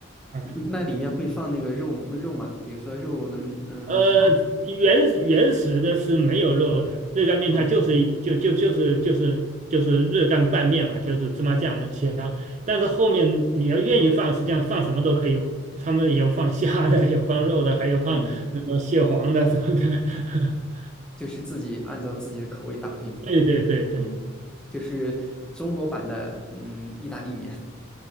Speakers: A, on the right (about 35°); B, in the centre.
A: 嗯，
B: 那里面会放那个肉肉吗？比如说肉的嗯、呃臊子，
A: 呃，原原始的是没有肉的，热干面它就是一就就就是就是就是热干拌面嘛，
B: 嗯
A: 就是芝麻酱的其他。但是后面你要愿意放，实际上放什么都可以有，他们有放虾的，有放肉的，还有放那个蟹黄的什么的。
B: 嗯，
A: <laughs>
B: 就是自己按照自己的口味搭配，
A: 对对对对对。
B: 嗯，就是中国版的嗯意大利面